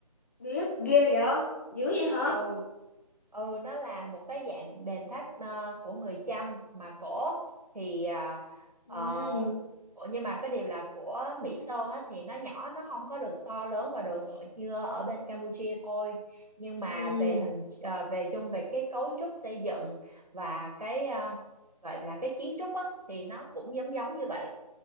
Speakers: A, on the left; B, on the right.
A: biết ghê vậy dữ vậy hả
B: ừ ừ nó là một cái dạng đền tháp ờ, của người Chăm mà cổ thì ờ,
A: ừ
B: ờ, ủa, nhưng mà cái điều là của Mỹ Sơn á, thì nó nhỏ nó không có được to lớn và đồ sộ như ở bên Campuchia thôi nhưng mà
A: ừ
B: về hình ờ, về chung về cái cấu trúc xây dựng và cái ờ, gọi là cái kiến trúc á, thì nó cũng giống giống như vậy